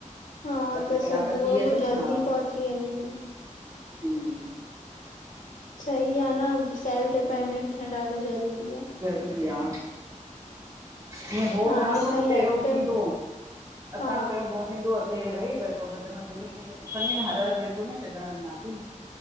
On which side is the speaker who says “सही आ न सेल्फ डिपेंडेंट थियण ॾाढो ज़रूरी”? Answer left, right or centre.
Left